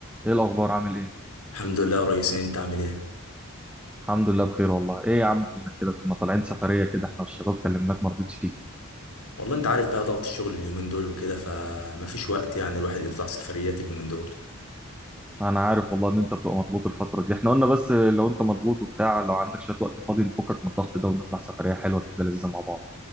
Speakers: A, in the centre; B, on the left.
A: ايه الاخبار عامل ايه
B: الحمد لله يا ريس إيه، انت عامل ايه
A: الحمد لله بخير والله ايه يا عم فينك كده كنا طالعين سفريه كده احنا والشباب كلمناك ما رضيتش تيجي
B: والله انت عارف بقى ضغط الشغل اليومين دول وكده فمفيش وقت يعني الواحد يطلع سفريات اليومين دول
A: انا عارف والله ان انت بتبقى مضغوط الفتره دي احنا قلنا بس لو انت مضغوط وبتاع لو عندك شويه وقت فاضي نفكك من الضغط ده ونطلع سفريه حلوه كده لذيذه مع بعض